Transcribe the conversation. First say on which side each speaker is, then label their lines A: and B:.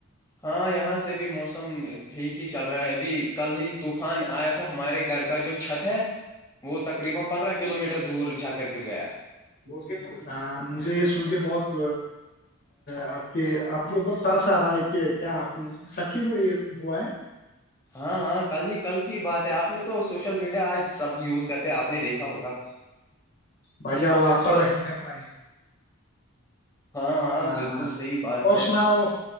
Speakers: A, on the left (about 15°); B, on the left (about 45°).
A: ہاں یہاں سے بھی موسم ٹھیک ہی چل رہا ہے ابھی کل ہی طوفان آیا تھا ہمارے گھر کا جو چھت ہے وہ تقریبا پندرہ کلو میٹر دور جا کر گر گیا
B: <unintelligible> مجھے یہ سن کے بہت آپ کے آپ کے اوپر ترس آ رہا ہے کہ کیا آپ سچی میں یہ ہوا ہے
A: ہاں ہاں کل ہی کل کی بات ہے آپ نے تو سوشل میڈیا آج سب یوز کرتے آپ نے دیکھا ہوگا
B: بھائی جان اللہ آپ پر رحم کرے بھائی
A: ہاں ہاں
B: ہاں
A: بالکل صحیح بات
B: اور
A: ہے
B: سناؤ